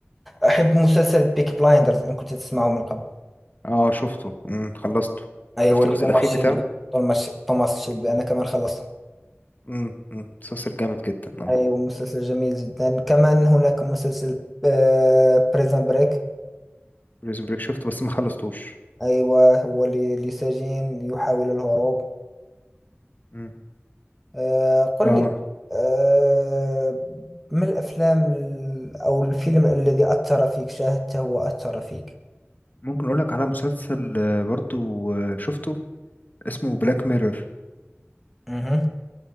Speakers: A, in the centre; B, on the left (about 40°).
A: أحب مسلسل بيك بلايندرز إن كنت تسمعه من قبل
B: اه شفته امم خلصته
A: أيوة
B: شفت
A: اللي
B: الجزء
A: توماس
B: الاخير
A: شيلبي
B: بتاعه
A: توماس توماس شيلبي أنا كمان خلصته
B: امم امم مسلسل جامد جدا اه
A: أيوة مسلسل جميل جدا كمان هناك مسلسل بريزن بريك
B: بريزون بريك شفته بس ما خلصتوش
A: أيوة هو اللي اللي سجين يحاول الهروب
B: امم
A: آه، قل
B: اه
A: لي آه، ما الأفلام ال- أو الفيلم الذي أثر فيك شاهدته وأثر فيك
B: ممكن اقول لك على مسلسل آه، برضو آه، شفته اسمه بلاك ميرور
A: مهم.